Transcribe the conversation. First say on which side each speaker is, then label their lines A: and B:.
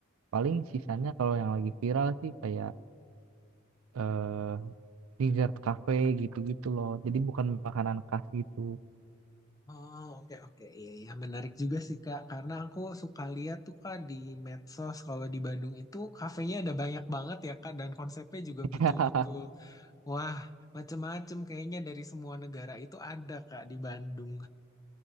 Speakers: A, on the right (about 80°); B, on the left (about 15°).
A: Paling sisanya kalau yang lagi viral sih kayak eh dessert cafe gitu-gitu loh. Jadi bukan makanan khas gitu.
B: Oh oke oke iya iya menarik juga sih Kak karena aku suka lihat tuh Kak di medsos kalau di Bandung itu kafenya ada banyak banget ya Kak dan konsepnya juga
A: <laughs>
B: betul-betul wah macem-macem kayaknya dari semua negara itu ada Kak di Bandung.